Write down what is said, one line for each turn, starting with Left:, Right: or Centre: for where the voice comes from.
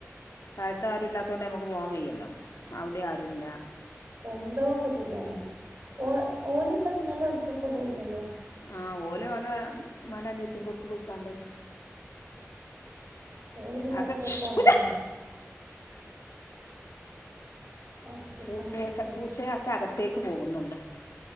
Left: തായ്ത്ത് ആരുല്ലാത്ത കൊണ്ട് നമുക്ക് പോവാൻ വയ്യല്ലോ അവ്ടിം ആരുല്ല
Right: കൊണ്ടോവൊ ഒക്കെ ചെജ്ജാലോ ഓ ഓല് ഇപ്പ ഇന്നലെ എവ്ട്ക്കൊക്കെ പോയിന്നല്ലോ
Left: ആ ഓല് ഓലെ മ്മാന്റെ അൻജ്ജത്തിന്റോട്ക്ക് പോയിക്കാണ്ട്
Right: ആ ഓല് പിന്നെ
Left: അഒക്ക
Right: ഒറ്റക്ക്
Left: ഷ്
Right: ഓണായിട്ടടാ
Left: പൂച്ച
Right: ഒറ്റക്ക്
Left: പൂച്ചയക്കെ
Right: അങ്ങനെ ഇട്ടതാ.
Left: പൂച്ചയക്ക അകത്തേക്ക് പോകുന്നുണ്ട്